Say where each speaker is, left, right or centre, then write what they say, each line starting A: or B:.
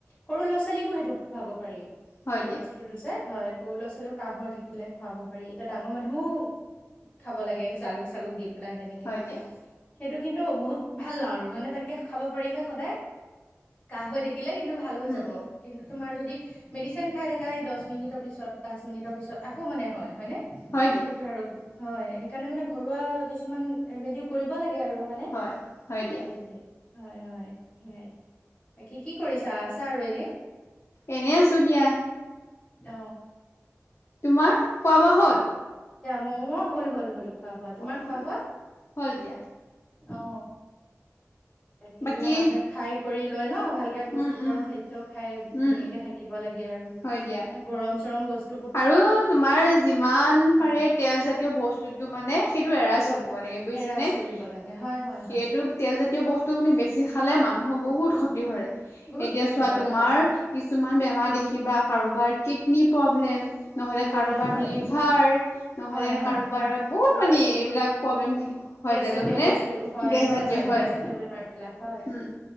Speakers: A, on the left (about 25°); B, on the left (about 55°).
A: সৰু ল'ৰা ছোৱালীকো সেইটো খোৱাব পাৰি
B: হয়
A: সেই
B: দিয়া
A: বস্তুটো যে হয় সৰু ল'ৰা ছোৱালীও কাহ হৈ থাকিলে খুৱাব পাৰি এতিয়া ডাঙৰ মানুহও খাব লাগে জালুক চালুক দি পেলাই তেনেকে
B: হয় দিয়া
A: সেইটো কিন্তু বহুত ভাল আৰু মানে তেনেকে খাব পাৰিলে সদায় কাঁহ হৈ দে থাকিলে কিন্তু ভাল হৈ
B: উম
A: যাব কিন্তু তোমাৰ যদি মেডিচিন খাই থাককা এই দহ মিনিটৰ পিছত পাঁচ মিনিটৰ পিছত আকৌ মানে হয় হয়নে
B: হয় দিয়া
A: সেইটো আৰু হয় সেইকাৰণে মানে ঘৰুৱা কিছুমান ৰেমেডি কৰিব লাগে আৰু হয়নে সেইটোৱে
B: হয় হয় দিয়া
A: হয় হয় সেইয়াই, বাকী কি কৰিছা? আছাআৰু এনে।
B: এনেই আছো দিয়া
A: <unintelligible> দ
B: তোমাৰ খোৱা বোৱা হ'ল
A: ম হল হল হল খোৱা বোৱা তোমাৰ
B: অ
A: খোৱা বোৱা
B: হ'ল দিয়া
A: অ তাকে
B: বাকী
A: দিয়য়া মানুহে খাই কৰি লয় ন ভালকে পুষ্টিকৰ
B: উম উম
A: খাদ্য খাই ধুনীয়াকে
B: উম
A: থাকিব লাগে আৰু
B: হয় দিয়া
A: গৰম চৰম বস্তু
B: আৰু তোমাৰ যিমান
A: হয়
B: পাৰে তেল জাতীয় বস্তুতটো মানে সেইটো এৰাই
A: অলপ
B: চলিব লাগে <unintelligible>
A: এৰাই চলিব লাগে হয় হয়
B: সেইটো
A: হয়
B: তেলজাতীয় বস্তু মানে বেছি খালে মানুহৰ বহুত বহুত ক্ষতি কৰে
A: বহুত
B: এতিয়া
A: ক্ষতি
B: চোৱা
A: হয়
B: টো মাৰ
A: হয়।
B: কিছুমান বেমাৰ দেখিবা কাৰোবাৰ কিডনী প্ৰব্লেম নহলে
A: প্ৰব্লেম
B: কাৰোবাৰ
A: হয়।
B: লিভাৰ নহ'লে
A: হয় হয়
B: কাৰোবাৰ বহুত মানে এইবিলাক প্ৰব্লেম থ
A: গেছ
B: হয় যায়গৈ
A: জাতীয় বস্তু হয়
B: গেছ জাতীয় হয়
A: গেছ জাতীয় বেমাৰ বিলাক হয়
B: উম